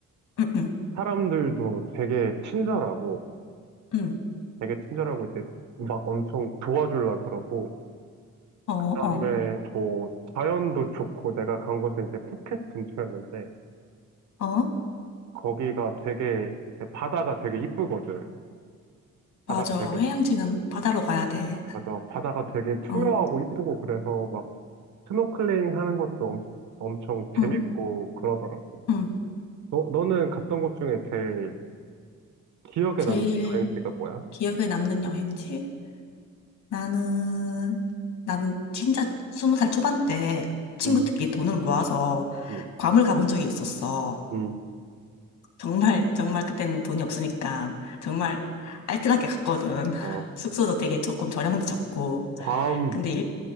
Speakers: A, on the left; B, on the right.
A: 응, 응,
B: 사람들도 되게 친절하고,
A: 응,
B: 되게 친절하고 이제 막 엄청 도와줄라 그러고,
A: 어,
B: 그다음에
A: 어,
B: 뭐 자연도 좋고, 내가 간 곳은 이제 푸켓 근처였는데,
A: 어.
B: 거기가 되게 이제 바다가 되게 이쁘거든. 바다가
A: 맞아.
B: 되게,
A: 해양지는 바다로 가야 돼.
B: 맞아. 바다가 되게 투명하고
A: 응,
B: 이쁘고 그래서 막 스노클링 하는 것도 엄, 엄청 재밌고
A: 응,
B: 그러더라고.
A: 응.
B: 너, 너는 갔던 곳 중에 제일 기억에
A: 제일
B: 남는 여행지가 뭐야?
A: 기억에 남는 여행지? 나는, 나는 진짜 스무 살 초반 때 친구들끼리
B: 음,
A: 돈을 모아서
B: 음,
A: 괌을 가본 적이 있었어.
B: 음,
A: 정말 정말 그때는 돈이 없으니까 정말 알뜰하게 갔거든. <laughs>
B: 아
A: 숙소도 되게 조금 저렴한데 잡고.
B: 괌,
A: 근데 일,